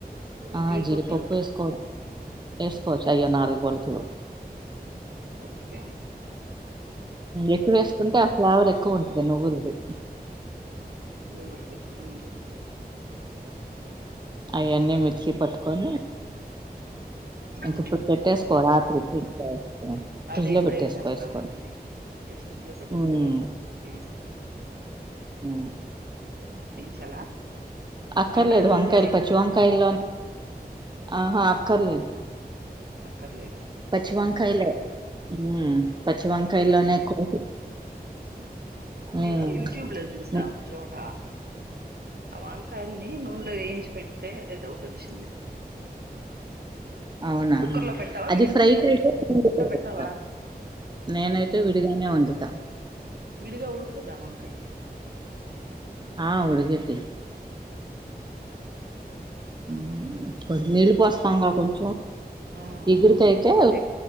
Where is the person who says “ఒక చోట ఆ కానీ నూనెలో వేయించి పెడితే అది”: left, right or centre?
Right